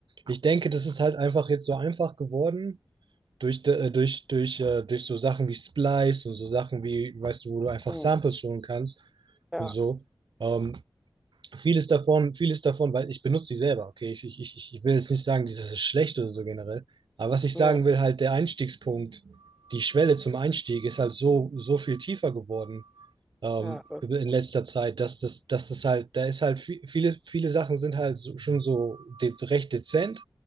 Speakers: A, on the right; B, in the centre.
A: ich denke, das ist halt einfach jetzt so einfach geworden durch, de- äh, durch, durch, äh, durch so Sachen wie Splice und so Sachen wie, weißt du, wo du einfach
B: Mhm.
A: Samples holen kannst
B: Ja.
A: und so. Ähm, Vieles davon, vieles davon, weil ich benutze die selber, okay? Ich, ich, ich ich will jetzt nicht sagen, dieses ist schlecht oder so generell. Aber was ich
B: Nee.
A: sagen will, halt der Einstiegspunkt, die Schwelle zum Einstieg ist halt so, so viel tiefer geworden ähm,
B: Ja, das
A: in
B: stimmt.
A: letzter Zeit, dass das, dass das halt, da ist halt vi- viele, viele Sachen sind halt so, schon so de recht dezent,